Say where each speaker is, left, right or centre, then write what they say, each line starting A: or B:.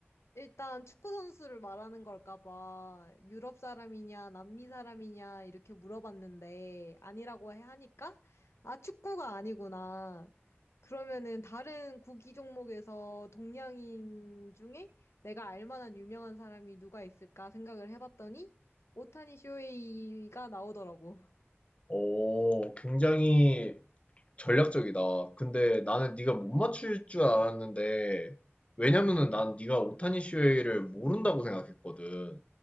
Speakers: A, on the left (about 80°); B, on the left (about 30°).
A: 일단 축구 선수를 말하는 걸까 봐 유럽 사람이냐 남미 사람이냐 이렇게 물어봤는데 아니라고 해 하니까 아 축구가 아니구나. 그러면은 다른 구기 종목에서 동양인 중에 내가 알 만한 유명한 사람이 누가 있을까 생각을 해봤더니 오타니 쇼헤이가 나오더라고.
B: 오, 굉장히 전략적이다. 근데 나는 네가 못 맞출 줄 알았는데 왜냐면은 난 네가 오타니 슈헤이를 모른다고 생각했거든.